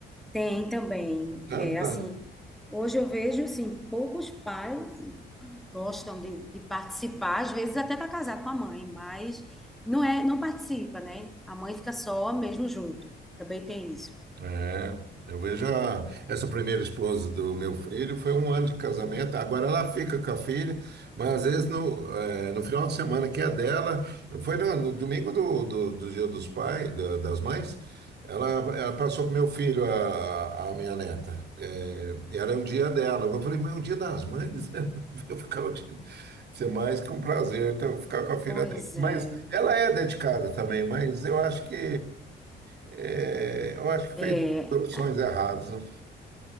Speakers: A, in the centre; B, on the right.
A: tem também,
B: tanta.
A: é, assim, hoje eu vejo, assim, poucos pais gostam de, de participar, às vezes até tá casado com a mãe, mas não é, não participa, né? A mãe fica só mesmo junto. Também tem isso.
B: É, eu vejo a- essa primeira esposa do meu filho, foi um ano de casamento, agora ela fica com a filha, mas às vezes no, eh, no final de semana que é dela, foi no, no domingo do, do, do Dia dos Pais, da- das Mães, ela, ela passou pro meu filho, a, a minha neta, Eh, era um dia dela, eu falei, mas é o Dia das Mães, <laughs> eu ficar o dia... Ser mais que um prazer então, ficar com a filha
A: Pois
B: dele. Mas
A: é,
B: ela é dedicada também, mas eu acho que é, eu acho que
A: é,
B: fez opções erradas, né?